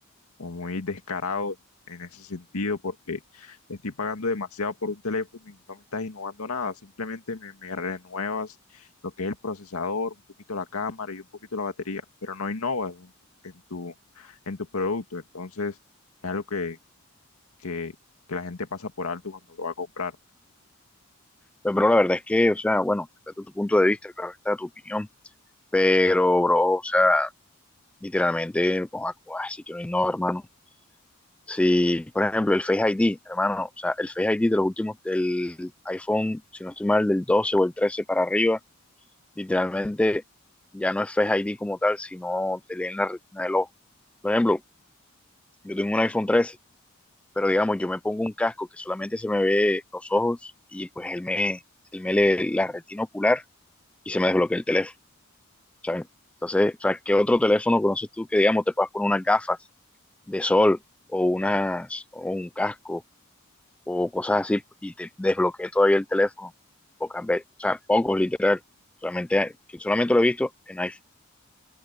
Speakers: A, on the left (about 80°); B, in the centre.
A: como muy descarado en ese sentido, porque estoy pagando demasiado por un teléfono y no me estás innovando nada, simplemente me, me renuevas lo que es el procesador, un poquito la cámara y un poquito la batería, pero no innovas en tu, en tu, en tu producto. Entonces, es algo que, que, que la gente pasa por alto cuando lo va a comprar.
B: Pero, bro, la verdad es que, o sea, bueno, respeto tu punto de vista, claro está tu opinión, pero, bro, o sea, literalmente, pues, así que no, hermano. Si, por ejemplo, el Face ID, hermano, o sea, el Face ID de los últimos del iPhone, si no estoy mal, del 12 o el 13 para arriba, literalmente ya no es Face ID como tal, sino te leen la retina del ojo. Por ejemplo, yo tengo un iPhone trece pero digamos, yo me pongo un casco que solamente se me ve los ojos y pues él me, él me lee la retina ocular y se me desbloquea el teléfono, ¿saben? Entonces, o sea, ¿qué otro teléfono conoces tú que, digamos, te puedas poner unas gafas de sol o, unas, o un casco o cosas así, y te desbloqueé todavía el teléfono, pocas veces, o sea, pocos literal, solamente, que solamente lo he visto en iPhone.